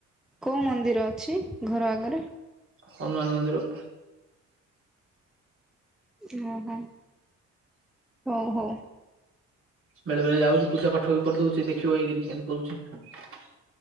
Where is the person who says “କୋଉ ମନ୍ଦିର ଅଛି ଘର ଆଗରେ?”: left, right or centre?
Centre